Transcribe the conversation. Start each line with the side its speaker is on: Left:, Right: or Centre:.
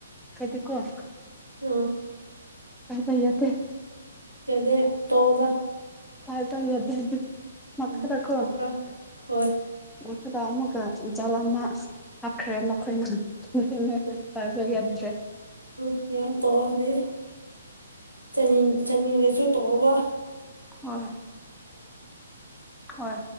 Centre: ꯍꯥꯏꯗꯤ ꯀꯣ
Right: ꯎꯝ
Centre: ꯐꯩꯌꯥ ꯇ
Right: ꯌꯥꯗꯦ ꯇꯣꯗ
Centre: ꯄꯥꯏ ꯄꯥꯏ ꯌꯥꯗ ꯃꯈ
Right: ꯎꯝ
Centre: ꯇꯀꯣ
Right: ꯇꯣꯛꯈ꯭ꯔꯣ ꯍꯣꯏ
Centre: ꯃꯈꯗ ꯑꯃꯨꯒꯖꯥꯜ ꯑꯃ ꯍꯥꯞꯈ꯭ꯔꯦ ꯃꯈꯣꯏꯅ
Right: ꯎꯝ
Centre: ꯄꯥꯏꯔꯕ ꯌꯥꯗ꯭ꯔꯦ
Right: ꯎꯝ ꯌꯥ ꯇꯧꯔꯗꯤ ꯆꯅꯤ ꯆꯅꯤꯔꯁꯨ ꯇꯧꯔꯒ
Centre: ꯍꯣꯏ ꯍꯣꯏ